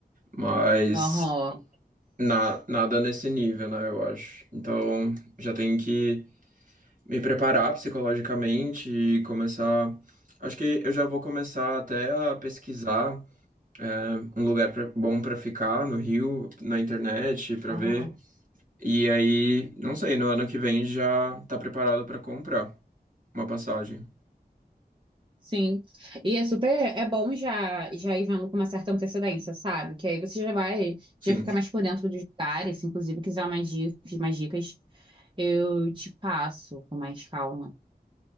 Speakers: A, on the right; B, on the right.
A: Mas
B: Aham.
A: na- nada nesse nível, né? Eu acho. Então já tenho que me preparar psicologicamente e começar. Acho que eu já vou começar até a pesquisar é, um lugar pra- bom para ficar no Rio, na internet, para
B: Aham.
A: ver. E aí, não sei, no ano que vem já tá preparado para comprar uma passagem.
B: Sim. E é super, é bom já já ir vendo com uma certa antecedência, sabe? Que aí você já vai,
A: Sim.
B: já fica mais por dentro dos lugares, se inclusive quiser mais dicas, mais dicas, eu te passo com mais calma.